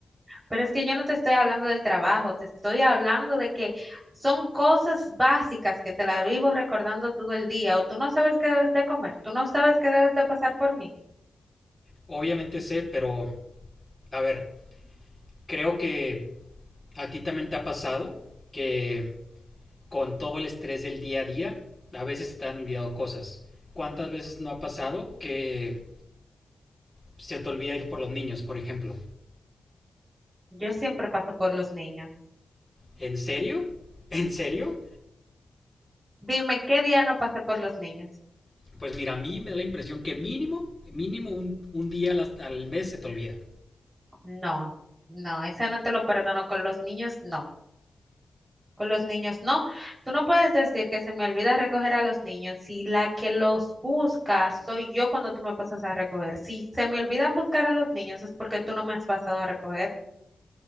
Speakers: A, on the right; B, on the left.
A: Pero es que yo no te estoy hablando del trabajo, te estoy hablando de que son cosas básicas que te las vivo recordando todo el día, o tú no sabes qué debes de comer, tú no sabes qué debes de pasar por mí.
B: Obviamente sé, pero a ver, creo que a ti también te ha pasado que con todo el estrés del día a día, a veces se te han olvidado cosas. ¿Cuántas veces no ha pasado que se te olvida ir por los niños, por ejemplo?
A: Yo siempre paso por los niños.
B: ¿En serio? ¿En serio?
A: Dime, ¿qué día no pasé por los niños?
B: Pues mira, a mí me da la impresión que mínimo, mínimo un, un día al, al mes se te olvida.
A: No, no, ese no te lo perdono con los niños, no. Con los niños, no. Tú no puedes decir que se me olvida recoger a los niños si la que los busca soy yo cuando tú me pasas a recoger. Si se me olvidan buscar a los niños es porque tú no me has pasado a recoger.